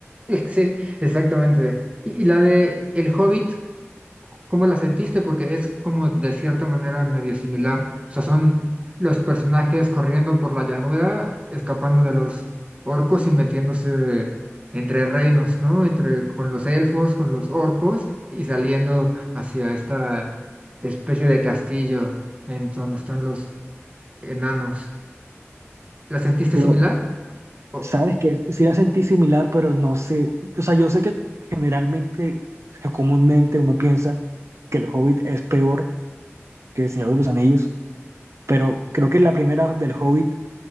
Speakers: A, on the right; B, on the right.
A: Sí, sí, exactamente. Y, y la de El Hobbit, ¿Cómo la sentiste? Porque es como de cierta manera medio similar. O sea, son los personajes corriendo por la llanura, escapando de los orcos y metiéndose entre reinos, ¿no? Entre con los elfos, con los orcos y saliendo hacia esta especie de castillo en donde están los enanos. ¿La sentiste
B: Sí, pero
A: similar? Oh,
B: Sabes que sí la sentí similar, pero no sé, o sea, yo sé que generalmente, o comúnmente uno piensa que el Hobbit es peor que el Señor de los Anillos, pero creo que la primera del Hobbit,